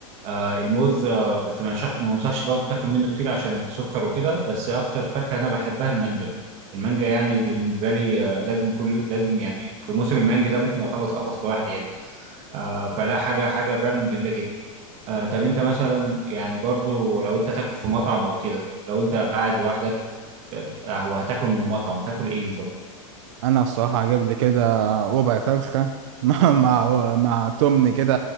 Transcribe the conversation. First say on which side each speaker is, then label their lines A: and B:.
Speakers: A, on the right; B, on the right.
A: آه الموز آه بس ما يرشح- ما انصحش برضه تاكل منه كتير عشان السكر وكده بس اكتر فاكهه انا بحبها المانجا المانجا يعني دي بالنسبه لي آه لازم كل لازم يعني في موسم المانجا ده ممكن اخلص قفص لوحدي يعني آه فلا حاجة حاجة فعلا جميلة جدا آه طب انت مثلا يعني برضو لو انت تاكل في مطعم او كده لو انت قاعد لوحدك ف- آه، وهتاكل من مطعم تاكل ايه بالظبط
B: انا الصراحه اجيب لي كده ربع فرخه <laughs> مع مع مع تمن كده